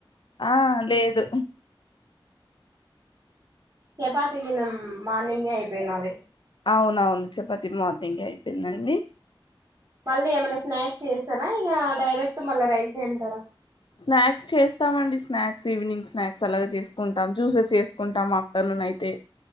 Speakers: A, on the left; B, on the right.
A: ఆ లేదు
B: చపాతికి నం మార్నింగే అయిపోయినవి
A: అవునవును చపాతి మార్నింగ్ అయిపోయిందండి
B: మళ్ళీ ఏమైనా స్నాక్స్ చేస్తారా ఇక డైరెక్ట్ మళ్ళా రైస్ తింటారా
A: స్నాక్స్ చేస్తామండి స్నాక్స్ ఈవినింగ్ స్నాక్స్ అలాగ చేసుకుంటాం జ్యూసెస్ చేసుకుంటాం ఆఫ్టర్నూన్ అయితే